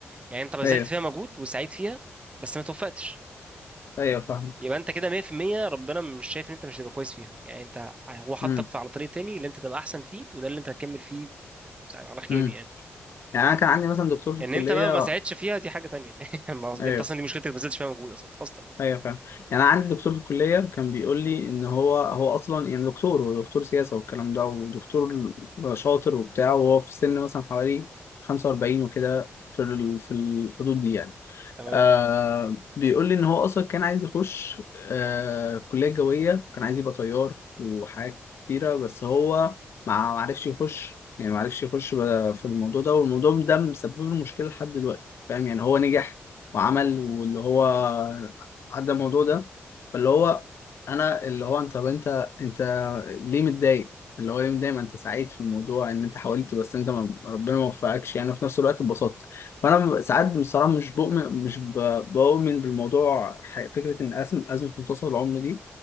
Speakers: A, on the right; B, on the left.
A: يعني انت بذلت
B: ايوه
A: فيها مجهود وسعيد فيها بس ما توفقتش
B: ايوه فاهمك
A: يبقى انت كده 100% ربنا مش شايف ان انت مش هتبقى كويس فيها يعني انت هو حطك
B: امم
A: في على طريق تاني اللي انت تبقى احسن فيه وده اللي انت هتكمل فيه على خير
B: امم
A: يعني
B: يعني انا كان عندي مثلا دكتور في
A: ان
B: الكليه
A: انت بقى ما ساعدتش فيها دي حاجه تانية <laughs> يعني ما-
B: ايوه
A: انت اصلا دي مشكلتك ما بذلتش فيها مجهود اصلا اصلا يعني
B: ايوه فاهم يعني انا عندي دكتور في الكليه كان بيقول لي ان هو هو اصلا يعني دكتور هو دكتور سياسه والكلام ده ودكتور شاطر وبتاع وهو في سن مثلا حوالي 45 وكده في ال... في الحدود دي يعني
A: تمام
B: آه بيقول لي ان هو اصلا كان عايز يخش آه كليه جويه كان عايز يبقى طيار وحاجات كتيره بس هو ما ما عرفش يخش يعني ما عرفش يخش بقى في الموضوع ده والموضوع ده مسبب له مشكله لحد دلوقتي فاهم يعني هو نجح وعمل واللي هو عدى الموضوع ده فاللي هو انا اللي هو انت طب انت انت ليه متضايق اللي هو ليه متضايق ما انت سعيد في الموضوع ان انت حاولت بس انت ما ربنا ما وفقكش يعني في نفس الوقت اتبسطت فانا ساعات بصراحه مش بؤمن مش ب- بؤمن بالموضوع ح- فكره ان ازمه ازمه منتصف العمر دي